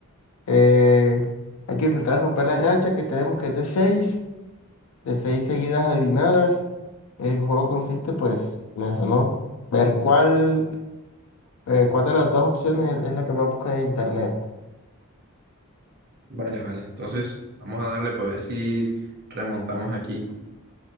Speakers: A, on the left (about 75°); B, on the right (about 45°).
A: eh, hay que intentar romper la racha que tenemos que es de seis, de seis seguidas adivinadas. El juego consiste, pues, en eso, ¿no? Ver cuál, eh, cuál de las dos opciones es, es la que más busca en internet.
B: Vale, vale. Entonces, vamos a darle para ver si remontamos aquí.